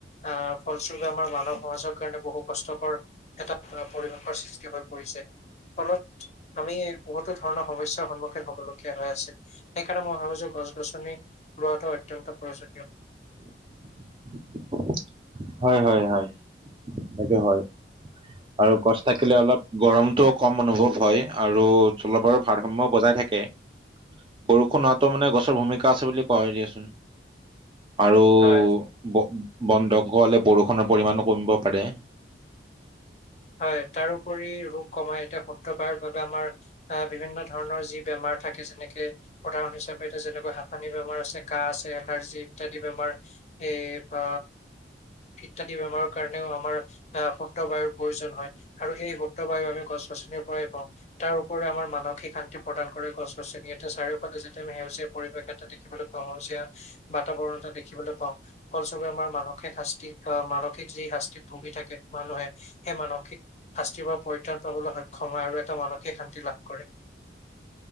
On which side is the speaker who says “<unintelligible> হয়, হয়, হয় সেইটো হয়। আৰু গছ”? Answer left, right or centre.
Right